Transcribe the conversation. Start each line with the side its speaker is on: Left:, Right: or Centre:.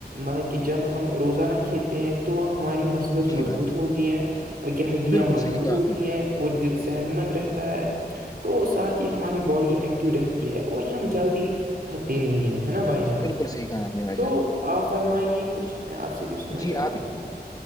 Right: مطلب کہ جب ہم روزانہ کھیلتے ہیں تو ہماری مس مضبوط
Left: جی بھائی جان
Right: ہوتی ہیں بلکہ ہڈیاں
Left: بالکل
Right: مضبوط
Left: صحیح کہا
Right: ہوتی
Left: آپ نے
Right: ہیں <unintelligible> اور دل صحت مند رہتا ہے تو ساتھ ہی ہماری باڈی ایکٹیو رہتی ہے اور ہم جلدی تھکتے نہیں ہیں نا بھائی جان
Left: بالکل صحیح کہا آپ نے بھائی
Right: تو
Left: جان
Right: آپ فرمائیے کچھ میں آپ سے بھی سننا
Left: جی
Right: چاہتا
Left: آپ
Right: ہوں <unintelligible>